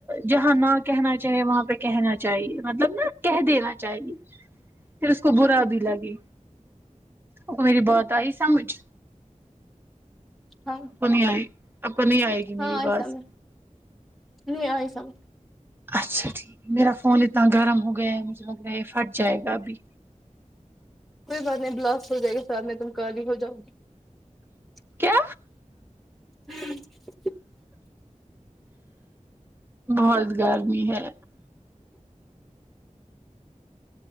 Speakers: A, on the right (about 15°); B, in the centre.
A: جہاں نہ کہنا چاہے وہاں پہ کہنا چاہیے مطلب نا کہہ دینا چاہیے پھر اس کو برا بھی لگے وہ میری با ت آئی سمجھ
B: ہاں
A: آپ کو نہیں آئے اپ کو نہیں آئے گی میری
B: ہاں
A: آواز
B: ایسم میں نہیں اسام
A: اچھا ٹھیک میرا فون اتنا گرم ہو گیا ہے مجھے لگ رہا ہے یہ پھٹ جائے گا ابھی
B: کوئی بات نہیں گلفس لیےجائے گا ساتھ میں تم کالی ہو جؤ گی ہوں
A: کیا بہت گرمی ہے